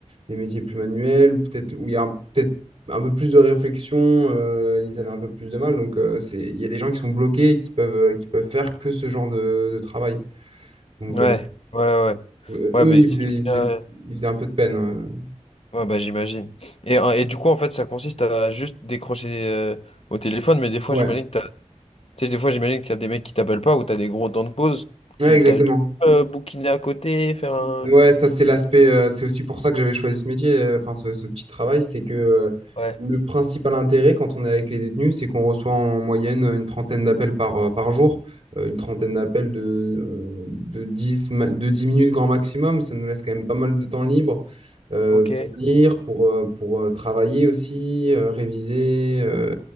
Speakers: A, on the right; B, on the left.
A: des métiers plus manuels, peut-être où il y a un- peut-être un peu plus de réflexion, euh, ils avaient un peu plus de mal. Donc, euh, c'est... il y a des gens qui sont bloqués et qui peuvent, euh, qui peuvent faire que ce genre de de travail. Donc,
B: Ouais,
A: euh,
B: ouais, ouais.
A: euh,
B: Ouais,
A: Eux,
B: mais
A: ils
B: si
A: faisaient,
B: déjà-
A: ils faisaient- ils faisaient un peu de peine. euh.
B: Ouais, bah j'imagine. Et, euh, et du coup, en fait, ça consiste à juste décrocher euh, au téléphone, mais des fois,
A: Ouais.
B: j'imagine que t'as... tu sais, des fois, j'imagine qu'il y a des mecs qui t'appellent pas ou t'as des gros temps de pause.
A: Ouais,
B: Tu
A: exactement.
B: t'as tu peux, euh, bouquiner à côté, faire un...
A: Ouais, ça c'est l'aspect, euh, c'est aussi pour ça que j'avais choisi ce métier, euh, enfin ce, ce petit travail, c'est que euh,
B: Ouais,
A: le principal intérêt quand on est avec les détenus, c'est qu'on reçoit en moyenne une trentaine d'appels par, euh, par jour, euh, une trentaine d'appels de, euh, de dix ma- de 10 minutes grand maximum, ça nous laisse quand même pas mal de temps libre euh,
B: ok.
A: pour lire, pour, euh, pour euh, travailler aussi, euh, réviser, euh,